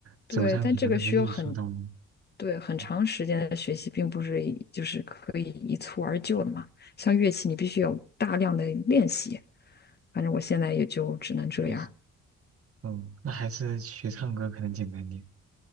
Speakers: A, on the right; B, on the left.
A: 走上你的那个艺术道路。
B: 对，但这个需要很对很长时间的学习，
A: 嗯
B: 并不是一就是可以一蹴而就的嘛。像乐器，你必须有大量的练习。反正我现在也就只能这样儿
A: 确实，嗯，那还是学唱歌可能简单点，